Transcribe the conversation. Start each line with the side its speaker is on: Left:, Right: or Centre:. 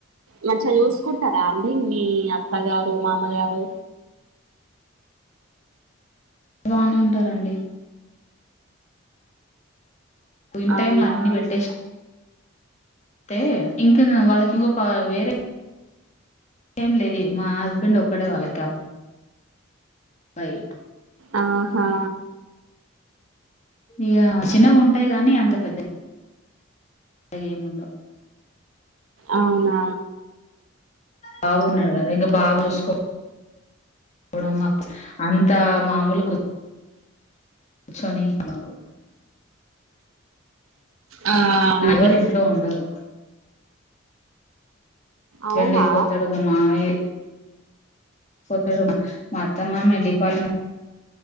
Right: మంచిగ చూసుకుంటారా అండి మీ అత్తగారు మామగారు
Left: బానే ఉంటారండి పోయిన్
Right: అవునా
Left: టైం లో అన్ని పెట్టేసిన్ తే ఇంకన్ వాళ్ళకి ఇంకొక వేరే ఏం లేది మా హస్బెండ్ ఒక్కడే వాళ్ళకబ్ బైట్
Right: ఆహా
Left: ఇగ చిన్నగుంటాయి గాని అంత పెద్ద అయ్యేముండవ్
Right: అవ్నా
Left: బాగున్నాడు కదా ఇంగ బాగ జూస్కో చూడమమ్మా అంతా మామూలుకు కూర్చొనీద్ మాకు
Right: ఆ అంతే
Left: అవరింట్లో ఉండరు ఫ్రెండ్
Right: అవునా
Left: ఎలిపోతాడు మీ మావయ్య ఎల్ పోతాడు మా అత్త మామ డిపార్ట్మె